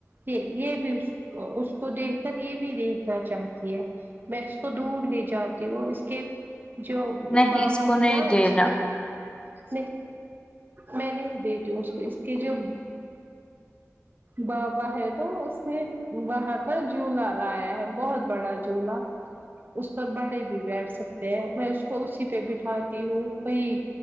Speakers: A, on the right (about 40°); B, on the left (about 20°).
A: کہ یہ بھی اس اس کو دیکھ کر یہ بھی دیکھنا چاہتی ہے میں اس کو دور نہیں جاتی ہوں اس کے جو
B: نہیں
A: بابا
B: اس کو
A: ہے
B: نہیں
A: نا
B: دینا
A: اس کے نہیں میں نہیں دیتی ہو اس کو اس کی جو بابا ہے تو اس نے باہر پر جھولا لایا ہے بہت بڑا جھولا اس پر بڑے بھی بیٹھ سکتے ہیں میں اس کو اسی پہ بٹھاتی ہوں وہئی